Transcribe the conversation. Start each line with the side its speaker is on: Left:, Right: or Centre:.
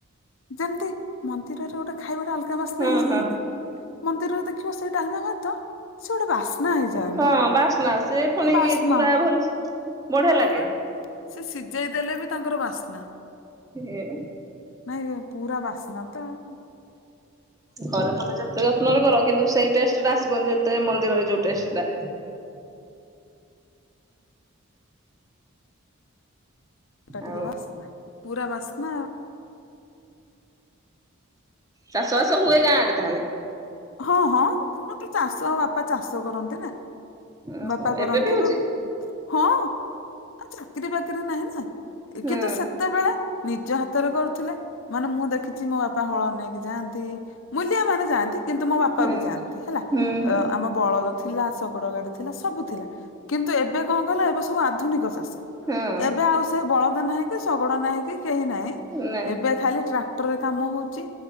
Left: ଯେମତି ମନ୍ଦ୍ ମନ୍ଦିରରେ ଗୋଟେ ଖାଇବାଟା ଅଲଗା ବାସ୍ନା
Right: ହଁ
Left: ହେଇଯାଇନି
Right: ହଁ
Left: ମନ୍ଦିରରେ ଦେଖିବ ସେଇ ଡାଲ୍ମା ଭାତ ସେ ଗୋଟେ ବାସ୍ନା। ହେଇଯାଏ
Right: ହଁ
Left: ମ
Right: ବାସ୍ନା ଆସେ ଫୁଣି
Left: ବାସ୍ନା
Right: ପୁରା ଭଲ୍ -ବଢିଆ ଲାଗେ।
Left: ହଁ ବା ସେ ସିଜେଇ ଦେଲେ ବି ତାଙ୍କର ବାସ୍ନା
Right: ଏମ୍।
Left: ନାଇଁ ଯେ ପୁରା ବାସ୍ନା ତ ଆଉ।
Right: ଘରେ ତମେ ଯେତେ ଯତ୍ନରେ କର କିନ୍ତୁ ସେଇ ଟେଷ୍ଟ୍ ଟା ଆସିବନି ଯେତେ ମନ୍ଦିରରେ ଯଉ ଟେଷ୍ଟ୍ ଟା। <inaudible>
Left: ଟା ଟିକେ
Right: ଆଉ
Left: ବାସ୍ନା -ପୁରା ବାସ୍ନା ଆଉ।
Right: ଚାଷ ବାସ ହୁଏ ଗାଁ ଆଡେ ତାହେଲେ?
Left: ହଁ- ହଁ କଣ କି ଚାଷ ବା ବାପା ଚାଷ କରନ୍ତି ନା
Right: ଓହୋ
Left: ବାପା କରନ୍ତି
Right: ଏବେ ବି ହଉଛି
Left: ଏବବ୍ ହଁ ଆଉ ଚାକିରି ବାକିରି ନାହିଁ ନା
Right: ହୁଁ
Left: କିନ୍ତୁ ସେତେବେଳେ ନିଜ ହାତରେ କରୁଥିଲେ ମାନେ ମୁଁ ଦେଖିଚି ମୋ ବାପା ହଳ ନେଇକି ଯାଆନ୍ତି ମୁଲିଆ ମାନେ ଯାଆନ୍ତି କିନ୍ତୁ ମୋ ବାପା
Right: ହୁଁ।
Left: ବି ଯାଆନ୍ତି ହେଲା
Right: ହୁଁ ହୁଁ
Left: ଅ-ଆମ ବଳଦ ଥିଲା ଶଗଡ ଗାଡି ଥିଲା ସବୁ ଥିଲା କିନ୍ତୁ ଏବେ କଣ କହିଲ ଏବେ ସବୁ ଆଧୁନିକ ଚାଷ।
Right: ହଁ
Left: ଏବେ ଆଉ ସେ ବଳଦ ନାହିଁ, କି ଶଗଡ ନାହିଁ, କି କେହି ନାହିଁ,
Right: ନା
Left: ଏବେ ଖାଲି ଟ୍ରାକ୍ ଟରେ କାମ ହଉଛି,